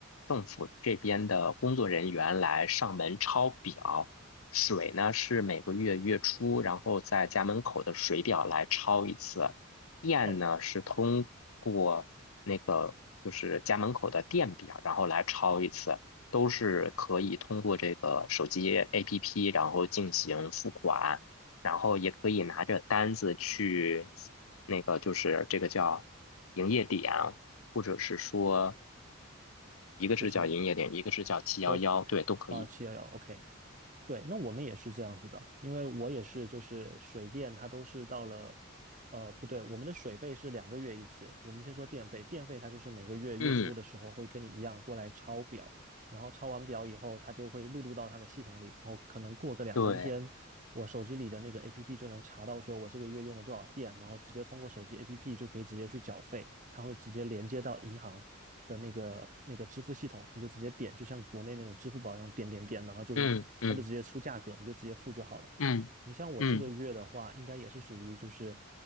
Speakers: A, on the left; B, on the right.
A: 政府这边的工作人员来上门抄表，水呢是每个月月初，然后在家门口的水表来抄一次，电呢是通过那个就是家门口的电表，
B: 哦，
A: 然后来抄一次。都是可以通过这个手机 APP，然后进行付款，然后也可以拿着单子去那个就是这个叫营业点，或者是说一个是叫营业点，
B: 就是
A: 一个是叫七幺幺，
B: 我
A: 对，都可以。
B: 啊七幺幺，OK，对，那我们也是这样子的，因为我也是就是水电它都是到了，呃，不对，我们的水费是两个月一次，我们先说电费，电费它就是每个月月初的时候会跟你一样过来抄表，
A: 嗯，
B: 然后抄完表以后，它就会录入到它的系统里，然后可能过个两三天。
A: 对，
B: 我手机里的那个 APP 就能查到说我这个月用了多少电，然后直接通过手机 APP 就可以直接去缴费，它会直接连接到银行的那个那个支付系统，你就直接点，就像国内那种支付宝一样点点点，然后就是它就直接出价格，
A: 嗯嗯
B: 你就直接付就好了。
A: 嗯嗯，
B: 你像我这个月的话，应该也是属于就是，